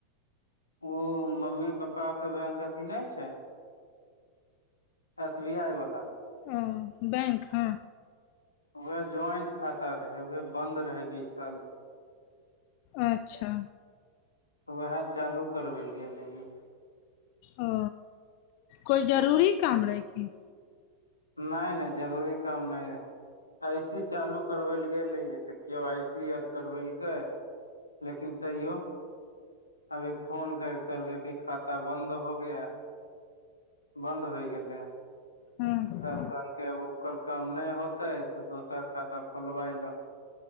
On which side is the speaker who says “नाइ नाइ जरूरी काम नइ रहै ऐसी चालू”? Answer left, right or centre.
Left